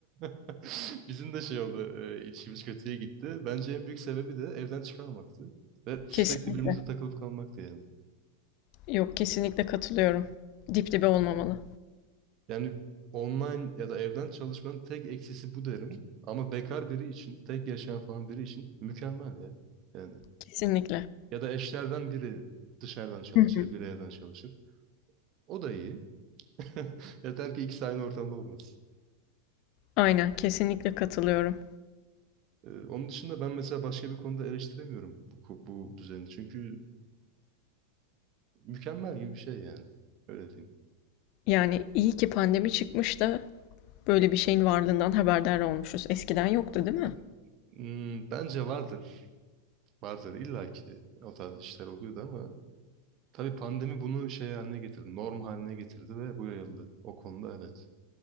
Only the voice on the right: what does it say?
<laughs> bizim de şey oldu, e, ilişkimiz kötüye gitti. Bence en büyük sebebi de evden çıkamamaktı ve sürekli
birbirimize takılıp kalmaktı yani.
Yani online ya da evden çalışmanın tek eksisi bu derim. Ama bekar biri için, tek yaşayan falan biri için mükemmel ya. Yani
ya da eşlerden biri dışarıdan çalışır,
biri evden çalışır. O da iyi. <laughs> Yeter ki ikisi aynı ortamda olmasın.
Ee, onun dışında ben mesela başka bir konuda eleştiremiyorum bu, ko- bu düzeni. Çünkü Mükemmel gibi bir şey yani. Öyle diyeyim.
Ya, hmm, bence vardır. Vardır. İlla ki o tarz işler oluyordu ama tabii pandemi bunu şey haline getirdi. Norm haline getirdi ve bu yayıldı. O konuda evet.